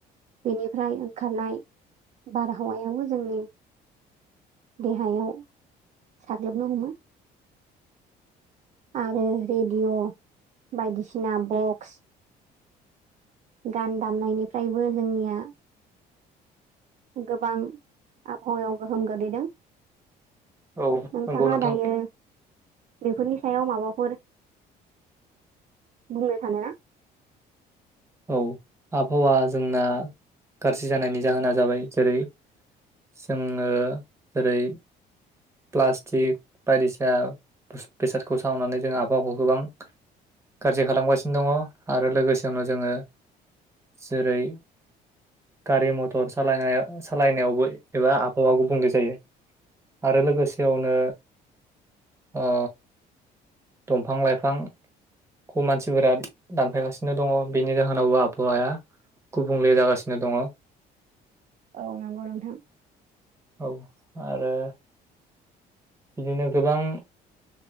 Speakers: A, on the right; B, on the right.
A: बेनिफ्राय ओंखारनाय बारहावायाबो जोंनि देहायाव साग्लोबनो हमो। आरो रेडिय' बायदिसिना बक्स गान दामनायनिफ्रायबो जोंनिया गोबां आबहावायाव गोहोम गोग्लैदों।
B: औ
A: नोंथाङा
B: नंगौ नोंथां
A: दायो बेफोरनि सायाव माबाफोर बुंनो सानोना?
B: औ आबहावा जोंना गारजि जानायनि जाहोना जाबाय जेरै जोङो जेरै प्लास्टिक बायदिसिना बेसादखौ सावनानै जों आबहावाखौ गोबां गाज्रि खालामगासिनो दङ' आरो लोगोसेयावनो जोङो जेरै गारि मथर सालायनाय सालायनायावबो एबा आबहावा गुबुंले जायो। आरो लोगोसेयावनो ओ दंफां लाइफां खम मानसिफोरा दानफायगासिनो दङ' बेनि जाहोनावबो आबहावाया गुबुंले जागासिनो दङ'
A: औ नंगौ नोंथां
B: औ आरो बिदिनो गोबां